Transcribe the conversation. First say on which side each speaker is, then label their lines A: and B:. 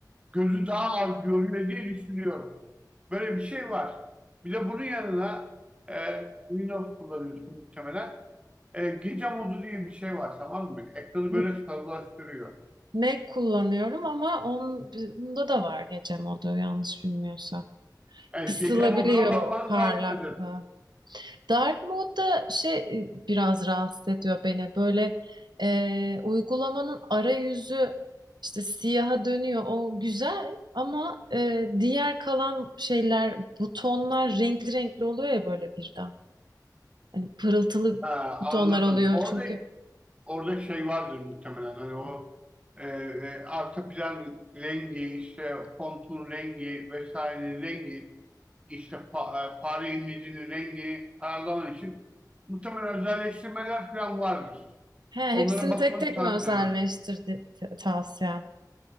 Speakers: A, on the right; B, on the right.
A: gözü daha az yoruyor diye düşünüyorum. Böyle bir şey var. Bir de bunun yanına e, Windows kullanıyorsun muhtemelen. E, gece modu diye bir şey var tamam mı? Ekranı
B: M-
A: böyle sarılaştırıyor.
B: Mac kullanıyorum ama onun, bunda da var gece modu yanlış bilmiyorsam.
A: Evet,
B: Kısılabiliyor
A: gece moduna bakmanı
B: parlaklığı.
A: tavsiye ederim.
B: Dark mode da şey e, biraz rahatsız ediyor beni. Böyle e, uygulamanın arayüzü işte siyaha dönüyor. O güzel ama e, diğer kalan şeyler, butonlar renkli renkli oluyor ya böyle birden. Hani pırıltılı
A: Ha,
B: butonlar
A: anladım.
B: oluyor
A: Orada
B: çünkü.
A: orada şey vardır muhtemelen. Hani o e, e, arka plan rengi, işte fontun rengi vesaire rengi, işte fa, e, fare imlecinin rengi ayarlaman için muhtemelen özelleştirmeler falan vardır.
B: He,
A: Onlara
B: hepsini
A: bakmanı
B: tek tek
A: tavsiye
B: mi özelleştirdi
A: ederim.
B: t- tavsiyen?